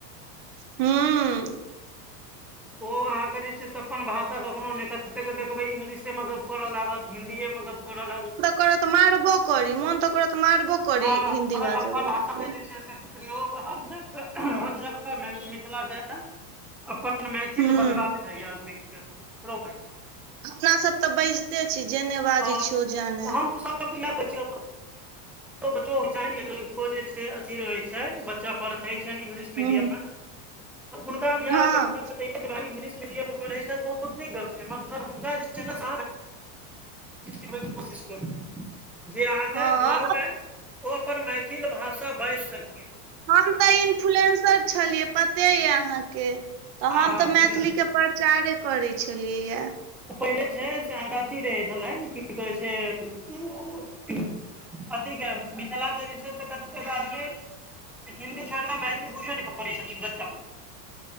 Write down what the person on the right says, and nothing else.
हू
कर मारबो करी मन तऽ करतऽ मारबो करी
हिन्दी
बाजै
वला
के
हूँ
अपना सब तऽ बाजिते छी जे नहि बाजै
छीिय ओ जानै
हूँ
हँ
हँ
हम तऽ इन्फ्लुएंसर छलियै पते यऽ अहाँके
तऽ हम तऽ मैथिलीके
प्रचारे करै छलियैयए